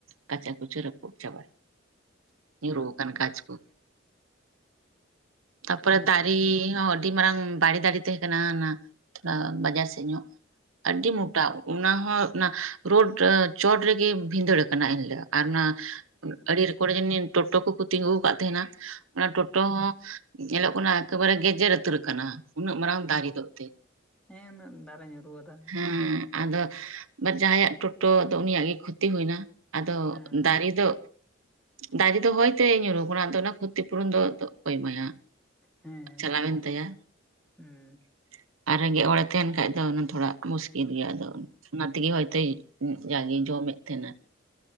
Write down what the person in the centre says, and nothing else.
ᱦᱮᱸ ᱩᱱᱟᱹᱜ ᱫᱟᱨᱮ ᱧᱩᱨᱩ ᱟᱫᱟ ᱾
ᱦᱮᱸ
ᱦᱮᱸ
ᱦᱩᱸ
ᱦᱩᱸ᱾